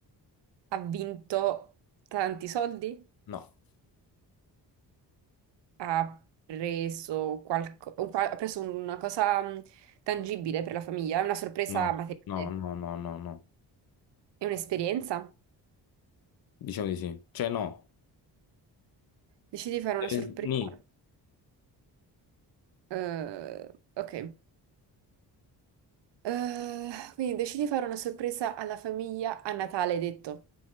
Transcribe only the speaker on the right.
ha vinto tanti soldi,
ha preso, qualco- un qua- ha preso una cosa mh, tangibile per la famiglia, è una sorpresa
materiale,
è un'esperienza.
Decidi di fare una
sorpresa.
eh, ok. Eh, quindi decidi di fare una sorpresa alla famiglia a Natale, hai detto.